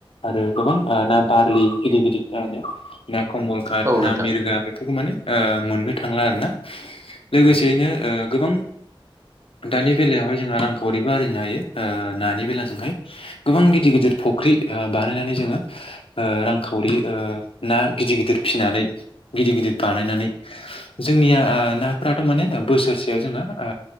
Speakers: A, on the left (about 70°); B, on the right (about 30°).
A: आरो गोबां ना बारलि गिदिर-गिदिरो ना कमलकाट
B: औ
A: ना
B: नोंथां
A: मिरगा माने ओ मोननो थांला आरोना लोगोसेयैनो
B: उम
A: ओ गोबां दानि बेलायावहाय जोंहा रां खावरिबो आरजिनो हायो ओ नानि बेला जोंहाय गोबां गिदिर- गिदिर फुख्रि ओ बानायनानै जोङो ओ रांखावरि अ ना गिदिर- गिदिर फिनानै गिदिर - गिदिर बानायनानै जोंनिया नाफोराथ' माने बोसोरसेयाव जोंना आ